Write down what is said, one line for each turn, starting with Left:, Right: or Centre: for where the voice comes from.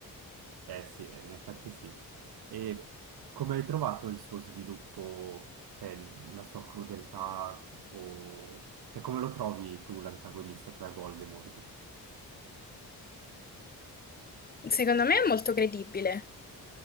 Right: Eh sì, eh, in effetti sì. E come hai trovato il suo sviluppo, cioè il- la sua crudeltà, o... cioè come lo trovi tu l'antagonista, cioè Voldemort?
Left: Secondo me è molto credibile,